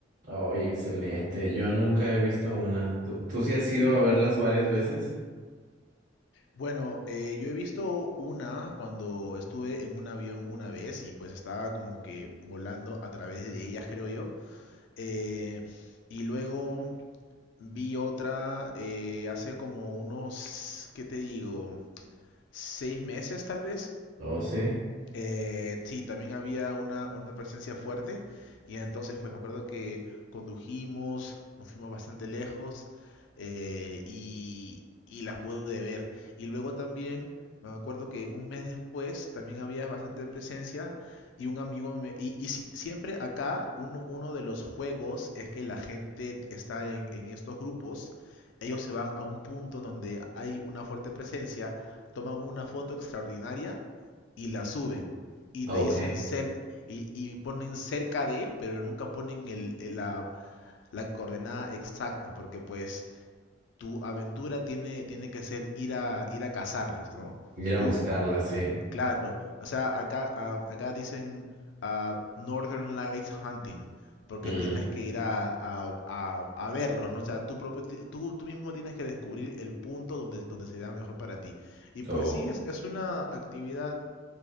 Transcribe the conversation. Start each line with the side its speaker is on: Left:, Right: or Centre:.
Right: Oye, excelente. Yo nunca he visto una. ¿Tú, tú sí has ido a verlas varias veces?
Left: Bueno, eh, yo he visto una cuando estuve en un avión una vez y pues estaba como que volando a través de ellas, creo yo. Eh, y luego vi otra eh, hace como unos, ¿qué te digo? Seis meses tal vez.
Right: Oh, sí.
Left: Eh, sí, también había una, una presencia fuerte y entonces pues me acuerdo que condujimos, nos fuimos bastante lejos eh, y, y las pude ver. Y luego también me acuerdo que un mes después también había bastante presencia y un amigo me... Y, y si- siempre acá uno, uno de los juegos es que la gente está en, en estos grupos, ellos se van a un punto donde hay una fuerte presencia, toman una foto extraordinaria y la suben y
Right: Ok.
Left: te dicen cerca y, y ponen cerca de, pero nunca ponen el, el- la, la coordenada exacta, porque pues tu aventura tiene, tiene que ser ir a, ir a cazarlas, ¿no?
Right: Ir a
Left: Tú,
Right: buscarlas, sí.
Left: claro, o sea, acá, ah, acá dicen ah, Northern Lights Hunting, porque
Right: Mm,
Left: tienes que ir a, a, a- a verlos, ¿no? O sea, tú, propio, ti- tú, tú mismo tienes que descubrir el punto donde, donde se da mejor para ti. Y pues
Right: oh.
Left: sí, es, es una actividad